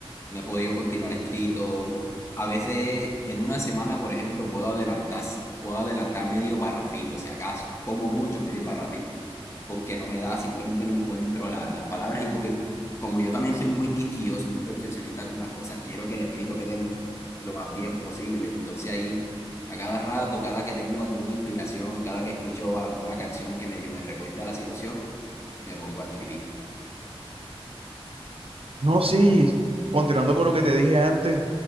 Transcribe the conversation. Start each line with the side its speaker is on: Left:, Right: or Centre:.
Left: no he podido continuar escrito. A veces en una semana, por ejemplo, puedo adelantar, puedo adelantar medio parrafito, si acaso, como mucho medio parrafito, porque no me da, simplemente no encuentro la- las palabras y porque como yo también soy muy quisquilloso y muy perfeccionista con las cosas, quiero que el escrito quede lo más bien posible. Entonces ahí, a cada rato, cada que tengo alguna inspiración, cada que escucho alguna canción que medio me recuerda a la situación, me pongo a escribir.
Right: No, sí, continuando con lo que te dije antes,